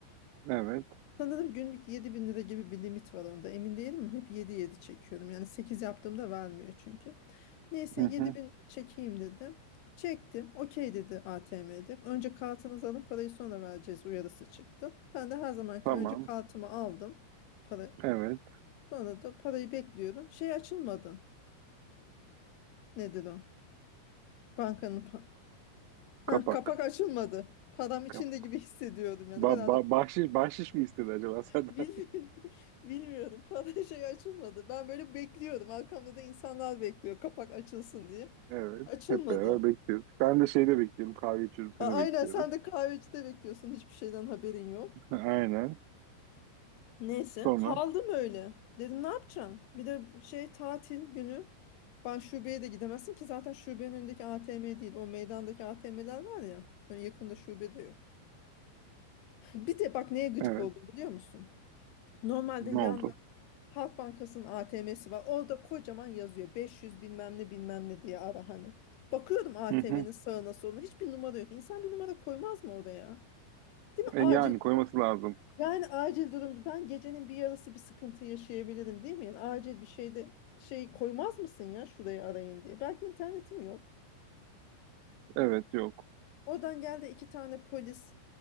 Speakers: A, on the right; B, on the left.
A: Evet.
B: Sanırım günlük 7000 lira gibi bir limit var onda. Emin değilim ama hep 7-7 çekiyorum. Yani 8 yaptığımda vermiyor çünkü. Neyse
A: Hı
B: yedi
A: hı.
B: bin çekeyim dedim. Çektim. Okey dedi ATM'de. Önce kartınızı alın parayı sonra vereceğiz uyarısı çıktı. Ben de her zaman gibi
A: Tamam.
B: önce kartımı aldım. Para.
A: Evet.
B: Sonra da parayı bekliyorum. Şey açılmadı. Nedir o? Bankanın pa- Ha,
A: Kapak.
B: kapak açılmadı. Param içinde
A: Kapak.
B: gibi hissediyordum yani
A: Ba
B: herhalde.
A: ba- bahşiş, bahşiş mi istedi acaba senden?
B: Bilmi-
A: <laughs>
B: <laughs> Bilmiyorum. Para şey açılmadı. Ben böyle bekliyordum. Arkamda da insanlar bekliyor kapak açılsın diye.
A: Evet.
B: Açılmadı.
A: Hep beraber bekliyoruz. Ben de şeyde bekliyorum. Kahve içiyorum. Seni
B: A-
A: bekliyorum.
B: Aynen sen de kahvecide bekliyorsun. Hiçbir şeyden haberin yok.
A: <laughs> Aynen.
B: Neyse
A: Sonra.
B: kaldım öyle. Dedim ne yapacağım? Bir de şey tatil günü. Ben şubeye de gidemezsin ki zaten şubenin önündeki ATM değil. O meydandaki ATM'ler var ya. Hani Yakında şube de yok. Bir de bak neye gıcık
A: Evet.
B: oldum biliyor musun? Normalde
A: Ne
B: yan.
A: oldu?
B: Halk Bankası'nın ATM'si var. Orada kocaman yazıyor. 500 bilmem ne bilmem ne diye ara hani. Bakıyorum ATM'nin
A: Hı hı.
B: sağına soluna hiçbir numara yok. İnsan bir numara koymaz mı oraya? Değil mi?
A: E,
B: Acil.
A: yani koyması lazım.
B: Yani acil durumda ben gecenin bir yarısı bir sıkıntı yaşayabilirim değil mi? Yani acil bir şeyde şey koymaz mısın ya şurayı arayın diye. Belki internetim yok.
A: Evet. Yok.
B: Oradan geldi iki tane polis